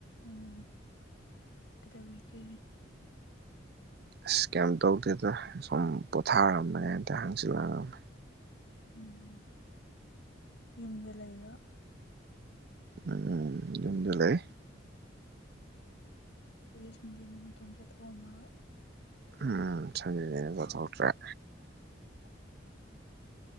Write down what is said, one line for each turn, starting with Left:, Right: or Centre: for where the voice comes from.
Left: ꯎꯝ ꯀꯩꯗꯧꯔꯤꯒꯦ
Right: ꯑꯁ ꯀꯩꯝ ꯇꯧꯗꯦꯗꯥ ꯁꯨꯝ ꯄꯣꯊꯥꯔꯝꯕꯅꯦ ꯍꯥꯢ ꯇꯥꯔꯦ ꯍꯪꯆꯤꯠ ꯂꯥꯡꯉꯝ
Left: ꯎꯝ ꯌꯨꯝꯗ ꯂꯩꯔꯣ
Right: ꯎꯝ ꯌꯨꯝꯗ ꯂꯩ
Left: ꯎꯝ ꯁꯟꯗꯦꯅꯦ ꯀꯩꯝ ꯆꯠꯊꯣꯛꯑꯝꯃꯔꯣꯏ
Right: ꯎꯝ ꯁꯟꯗꯦꯅꯤꯅ ꯆꯠꯊꯣꯛꯇ꯭ꯔꯦ
Left: <unintelligible>